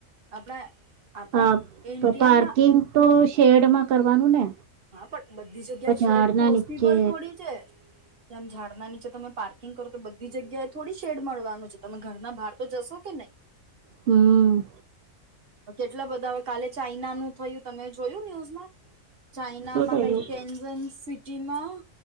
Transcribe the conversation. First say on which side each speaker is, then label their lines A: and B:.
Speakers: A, on the right; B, on the right.
A: આપણા આપણા
B: હા
A: ઈન્ડિયામાં
B: પાર્કિંગ તો શેડમાં કરવાનું ને.
A: હા પણ બધી જગ્યા
B: તો
A: શેડ
B: ઝાડના
A: પોસિબલ
B: નીચે
A: થોડી છે કેમ ઝાડ ના નીચે તમે પાર્કિંગ કરો તો બધી જગ્યાએ થોડી શેડ મળવાનું છે તમે ઘરના બહાર તો જશો કે નહીં.
B: હમ્મ.
A: કેટલા બધા કાલે ચાઈના નું થયું તમે જોયું ન્યુઝમાં. ચાઈનામાં
B: શું થયું
A: કઈ શેનઝન સિટીમાં.